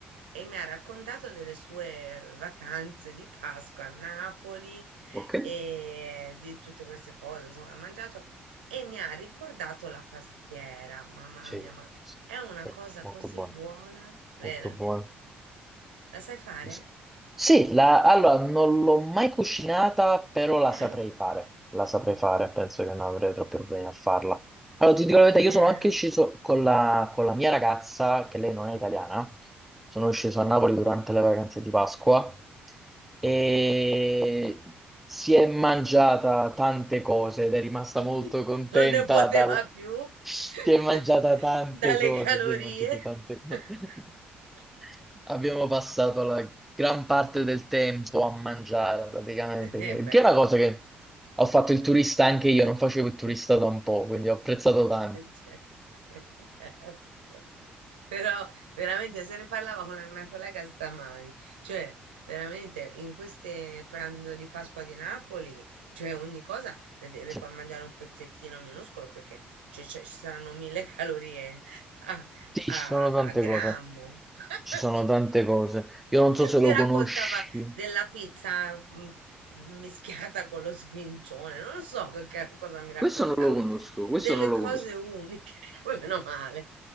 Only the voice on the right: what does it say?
e mi ha raccontato delle sue vacanze di Pasqua a Napoli
e di tutte queste cose, insomma, ha mangiato e mi ha ricordato la pastiera. Mamma
mia, ma
è una cosa
così
buona, vero?
La sai fare?
Eh, no?
Secondo
me
<laughs>
Non ne poteva
più
<laughs>
dalle
calorie.
<laughs>
Eh
beh.
<laughs>
Cioè,
<laughs>
Certo. Però veramente se ne parlava con la mia collega stamani, cioè veramente in queste pranzo di Pasqua di Napoli, cioè ogni cosa ne, de- ne
puoi mangiare un pezzettino minuscolo perché cioè, cioè, ci saranno mille <laughs> calorie a,
a-
a grammo.
<laughs>
<laughs>
Mi raccontava
della pizza mm, mm, mischiata con lo sfincione, non lo so che, che cosa mi
raccontava,
delle
cose
uniche, <laughs> poi meno male.